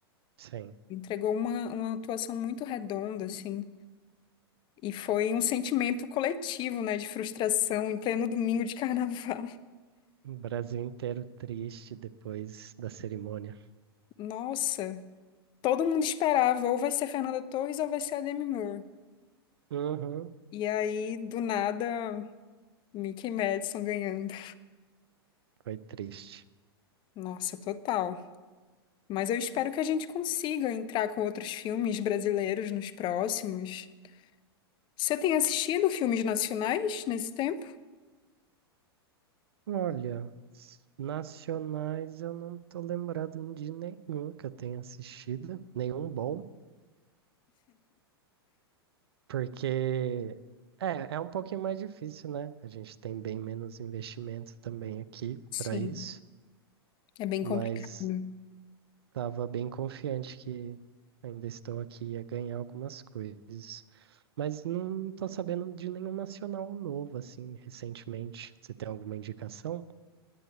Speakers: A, on the right; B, on the left.
A: Sim.
B: Entregou uma, uma atuação muito redonda, assim. E foi um sentimento coletivo, né, de frustração em pleno domingo de carnaval.
A: O Brasil inteiro triste depois da cerimônia.
B: <laughs> Nossa, todo mundo esperava, ou vai ser a Fernanda Torres ou vai ser a Demi Moore.
A: Uhum,
B: E aí, do nada. Mickey Madison ganhando.
A: foi triste.
B: Nossa, total. Mas eu espero que a gente consiga entrar com outros filmes brasileiros nos próximos. Você tem assistido filmes nacionais nesse tempo?
A: Olha, s- nacionais eu não tô lembrado de nenhum que eu tenha assistido, nenhum bom, porque é, é um pouquinho mais difícil, né? A gente tem bem menos investimento também aqui
B: Sim,
A: para isso,
B: é bem
A: mas
B: complicado.
A: Tava bem confiante que ainda estou aqui a ganhar algumas coisas. Mas não tô sabendo de nenhum nacional novo, assim, recentemente. Você tem alguma indicação?